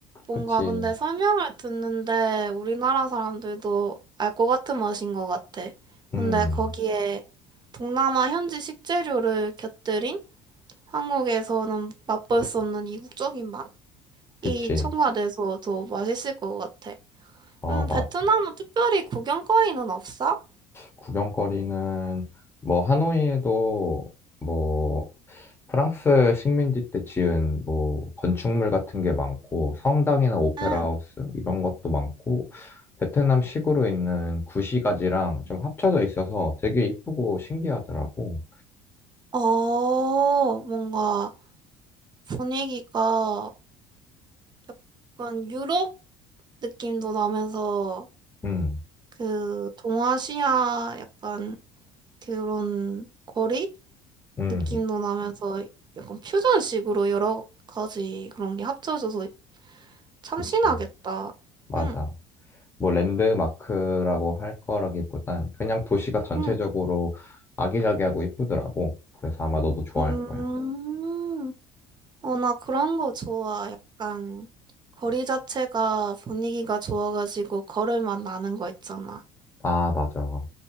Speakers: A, on the right; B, on the left.
A: 뭔가
B: 그치.
A: 근데 설명을 듣는데 우리나라 사람들도 알 것 같은 맛인 것 같아.
B: 음,
A: 근데 거기에 동남아 현지 식재료를 곁들인 한국에서는 맛볼 수 없는 이국적인 맛이
B: 그치.
A: 첨가돼서 더 맛있을 것 같아.
B: 어,
A: 음,
B: 맞아.
A: 베트남은 특별히 구경거리는 없어?
B: 구경거리는 뭐 하노이에도 뭐 프랑스 식민지 때 지은 뭐 건축물 같은 게 많고 성당이나 오페라
A: 응.
B: 하우스 이런 것도 많고 베트남 식으로 있는 구시가지랑 좀 합쳐져 있어서 되게 이쁘고 신기하더라고.
A: 어, 뭔가 분위기가 약간 유럽 느낌도 나면서
B: 음,
A: 그 동아시아 약간 그런 거리
B: 음,
A: 느낌도 나면서 약간 퓨전식으로 여러 가지 그런 게 합쳐져서 참
B: 그치.
A: 신나겠다.
B: 맞아.
A: 응,
B: 뭐, 랜드마크라고 할 거라기보단 그냥 도시가 전체적으로
A: 응,
B: 아기자기하고 이쁘더라고. 그래서 아마 너도 좋아할
A: 음,
B: 거야.
A: 어, 나 그런 거 좋아. 약간 거리 자체가 분위기가 좋아가지고 걸을 맛 나는 거 있잖아.
B: 아, 맞아.